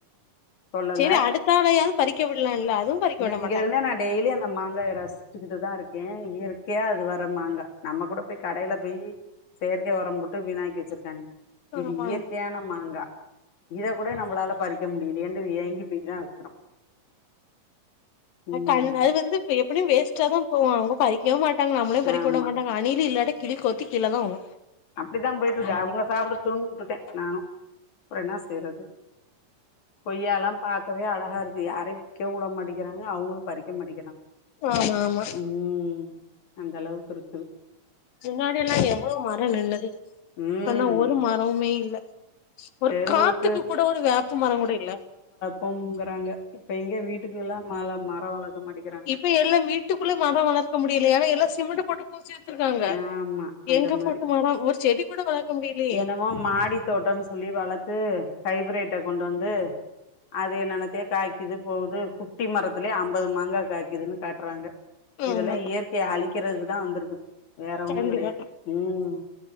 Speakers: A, on the left (about 60°); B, on the left (about 85°).
A: சொல்லல
B: செரி அடுத்தால யாது பறிக்க விடலால்ல அதுவு பறிக்க
A: இந்த
B: விட மாட்
A: இங்க இருந்தே நா டெயலி அந்த மாங்காய ரசி ச்சுக்கிட்டு தா இருக்கே இயற்கையா அது வர மாங்கா நம்ம கூட போய் கடையில போயி செயற்கை ஒரம் போட்டு வீனாக்கி வச்சிருக்காங்க இது
B: ஆமா
A: இயற்கையான
B: ஆமா
A: மாங்கா இத கூட நம்மளால பறிக்க முடியலயேன்டு ஏங்கி போய் தா இருக்கிறோ ம்
B: கண் அது வந்து எப்டியு வேஸ்டா தா போவு அவங்க பறிக்கவே மாட்டாங்க நம்மளையு பறிக்க
A: ஆமா
B: விட மாட்டாங்க அணில இல்லா கிழி கொத்தி கீழ தா உளு
A: அப்டிதா போயிட்டு இருக்கு அவங்க சாப்பிடட்டுனு விட்டுட்டே நானு ப்ற ன்னா செய்றது கொய்ய லா பாக்கவே அழகா இருக்கு யாரையு பிக்கவு வுட மாட்டேங்கிறாங்க அவங்களு பறிக்க மாட்டேங்கிறாங்க
B: ஆமா ஆமா
A: ம் அந்த அளவுக்கு இருக்குது
B: முன்னாடியெல்லா எவ்ளோ மரோ நின்னது
A: ம்
B: இப்பல்லா ஒரு மரோமே இல்ல ஒரு
A: தெருவுக்கு
B: காத்துக்கு கூட ஒரு வேப்ப மரொங்கூட இல்ல
A: போங்கறாங்க இப்ப எங்க வீட்டுக்குல்லா மேல மர வளக்க மாட்டே
B: இப்ப எல்லா வீட்டுக்குள்ளே மர வளர்க்க முடியல ஏனா எல்லா சிமெண்ட்ட போட்டு பூச்சி எத்துருக்காங்க
A: ஆமா அந்த
B: எங்க
A: மாரி
B: போட்டு மரோ ஒரு செடி கூட வளர்க்க முடியலையே
A: என்னமோ மாடி தோட்டம்னு சொல்லி வளத்து ஹைப்ரேட்ட கொண்டு வந்து அது என்னன்னத்தையோ காய்க்குது போகுது குட்டி மரத்துலயே அம்பது மாங்கா காய்குதுனு காட்றாங்க
B: ஆமா
A: இதெல்லா இயற்கைய அழிக்கிறதுக்குதா வந்திருக்குது வேற ஒண்ணு
B: கண்டிப்பா
A: கெடையாது ம்